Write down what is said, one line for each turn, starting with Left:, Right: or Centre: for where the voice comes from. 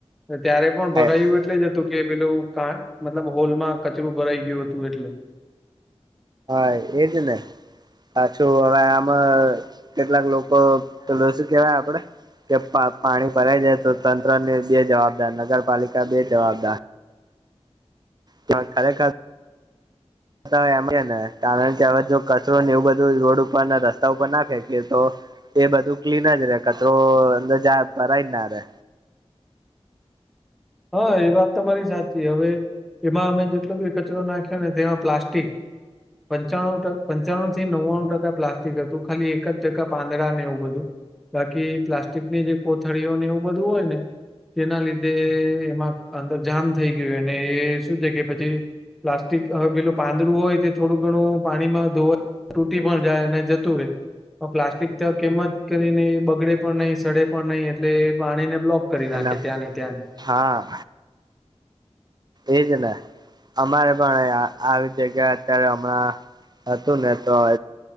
Centre: ત્યારે પણ
Right: હા
Centre: ભરાયું એટલે જ હતું કે પેલું ક મતલબ હોલમાં કચરું ભરાઈ ગ્યું હતું એટલે.
Right: એજ ને. પાછું હવે આમ કેટલાક લોકો <unintelligible> કેવા આપડે. કે પા પાણી ભરાઈ જાય તો તન ત્રણ ને બે જવાબદાર નગરપાલિકા બે જવાબદાર. તેમાં, ખરેખર <unintelligible> એમ કેયને કારણ કે હવે જો કચરો ને એવું બધું રોડ ઉપરના રસ્તા ઉપર ના ફેંકે તો એ બધું ક્લીન જ રે કચરો અંદર જા ભરાય જ ના રે.
Centre: હા, એ વાત તમારી સાચી હવે. એમાં અમે જેટલો બી કચરો નાખ્યો ને તેમાં પ્લાસ્ટિક. પંચાણું ટક પંચાણું થી નવ્વાણું ટકા પ્લાસ્ટિક હતું. ખાલી એક જ ટકા પાંદડા ને એવું બધું. બાકી પ્લાસ્ટિકની જે કોથળીઓ ને, એવું બધું હોય ને, તેના લીધે એમાં અંદર જામ થઈ ગ્યું, અને એ શું છે કે પછી? પ્લાસ્ટિક હવે પેલું પાંદડું હોય તે, થોડું ઘણું પાણીમાં ધોવા ટુટી પણ જાય, અને જતું રે. પ્લાસ્ટિક ત કેમ જ કરીને, બગડે પણ નહી, સડે પણ નહી, એટલે પાણીને બ્લોક. કરી નાખે,
Right: અને
Centre: ત્યાં ને ત્યાં.
Right: હા. એ જ ને. અમારે પણ આ આવી જગ્યા અત્યારે, હમણાં હતું ને, તો